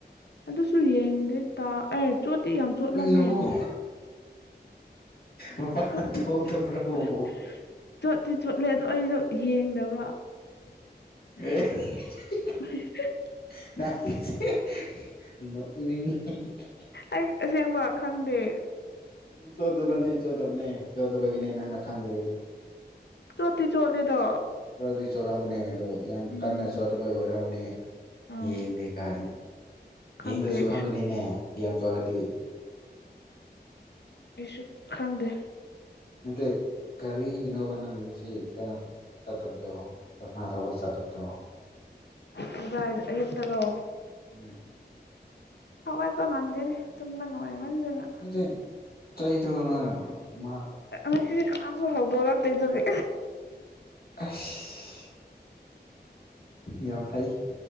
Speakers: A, on the left; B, on the left.
A: ꯑꯗꯨꯁꯨ ꯌꯦꯡꯗꯦ ꯇꯥ ꯑꯦ ꯆꯣꯠꯇꯤ ꯌꯥꯝ ꯆꯣꯠꯂꯝꯃꯦ
B: ꯂꯧ
A: ꯍꯣꯏ
B: ꯃꯄꯥꯟ
A: ꯆꯣꯠꯇꯤ
B: ꯊꯣꯛꯇꯕ꯭ꯔꯣ
A: ꯆꯣꯠ ꯆꯣꯠꯇꯤ ꯆꯣꯠꯂꯦ ꯑꯗꯣ ꯑꯩꯗꯣ ꯌꯦꯡꯗꯕ
B: ꯑꯦ
A: <inaudible>
B: <inaudible>
A: ꯑꯩ ꯑꯁꯦꯡꯕ ꯈꯪꯗꯦ
B: ꯎ ꯆꯣꯊꯕꯅꯦ ꯆꯣꯊꯕꯅꯦ ꯆꯣꯊꯕꯒꯤꯅꯦ ꯅꯪꯅ ꯈꯪꯗ꯭ꯔꯔꯤ ꯗꯨ
A: ꯆꯣꯠꯇꯤ ꯆꯣꯠꯂꯦꯗ
B: ꯈꯔꯗꯤ ꯆꯣꯠꯂꯝꯒꯅꯤ ꯑꯗꯨ ꯌꯥꯝ
A: ꯎꯝ
B: ꯀꯟꯅ ꯆꯣꯠꯊꯕꯒꯤ ꯑꯣꯏꯔꯝꯒꯅꯤ
A: ꯑꯥ
B: ꯌꯦꯡꯗꯦ ꯀꯥꯏꯅ
A: ꯈꯪꯗꯦ
B: ꯏꯍꯤꯡꯗꯁꯨ
A: ꯑꯩꯁꯨ
B: ꯈꯪꯒꯅꯤꯅꯦ ꯐꯤ ꯌꯥꯝ ꯆꯣꯠꯂꯗꯤ
A: ꯑꯩꯁꯨ ꯈꯪꯗꯦ
B: ꯅꯠꯇꯦ ꯀꯔꯤꯒꯤꯅꯣꯕ ꯅꯪ ꯉꯁꯤ ꯀꯩꯅꯣ ꯆꯠꯇꯕꯗꯣ ꯉꯥ ꯇꯧꯕ ꯆꯠꯇꯕꯗꯣ
A: ꯀꯗꯥꯏꯗ ꯑꯌꯨꯛꯇꯔꯣ
B: ꯎꯝ
A: ꯍꯧꯒꯠꯄ ꯉꯝꯗꯦꯅꯦ ꯇꯨꯝꯕ ꯅꯨꯡꯉꯥꯏꯃꯟꯗꯅ
B: ꯑꯗꯨꯗꯤ ꯆꯩꯗ꯭ꯔꯣ ꯅꯣꯏ ꯃꯥ
A: ꯉꯁꯤꯗꯤ ꯀꯅꯥꯁꯨ ꯍꯧꯗꯣꯔꯛꯇꯦ ꯑꯗꯨꯒꯤ
B: ꯑꯩꯁ ꯌꯥꯝ ꯐꯩ